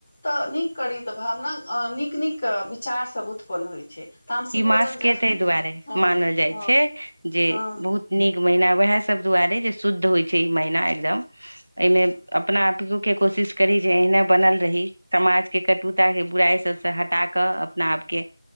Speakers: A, on the left; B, on the right.
A: तऽ नीक करी तऽ भावना आ नीक-नीक विचार सभ उत्पन्न होइ छै। तामसी
B: ई
A: भोजन
B: मास के
A: जे
B: ताहि दुआरे
A: हँ
B: मानल जाइ
A: हँ
B: छै जे
A: हँ
B: बहुत नीक महिना वएह सभ दुआरे जे शुद्ध होइ छै। ई महिना एकदम एहिमे
A: हँ
B: अपना आपयो के कोशिश करी जे एहने बनल रही। समाजके कटुता के बुराइ सभसँ हटा कऽ अपना आपके